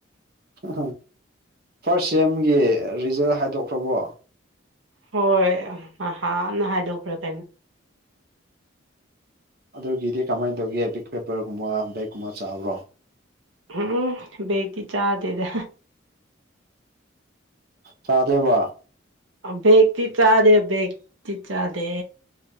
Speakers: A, on the right; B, on the right.
A: ꯎ ꯐꯥꯔꯁ ꯁꯦꯝꯒꯤ ꯔꯤꯖꯜ ꯍꯥꯏꯗꯣꯛꯈ꯭ꯔꯕꯣ
B: ꯍꯣꯏ ꯅꯥꯟꯅ ꯍꯥꯏꯗꯣꯛꯈ꯭ꯔꯦ ꯀꯩꯅꯣ
A: ꯑꯗꯨꯒꯤꯗꯤ ꯀꯃꯥꯏꯅ ꯇꯧꯒꯦ ꯕꯤꯛ ꯄꯦꯄꯔꯒꯨꯝꯕ ꯕꯦꯛꯀꯨꯝꯕ ꯆꯥꯕ꯭ꯔꯣ
B: ꯍꯝ ꯎꯝ ꯕꯦꯒꯇꯤ ꯆꯥꯗꯦꯗ
A: ꯆꯥꯗꯦꯕ
B: ꯕꯦꯛꯇꯤ ꯆꯥꯗꯦ ꯕꯦꯛꯇꯤ ꯆꯥꯗꯦ